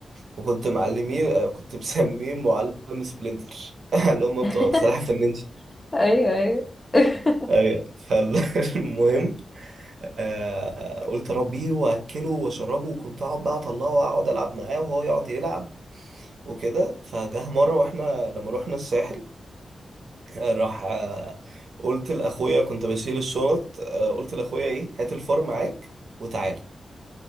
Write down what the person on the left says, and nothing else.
<laughs>
ايوه ايوه <laughs>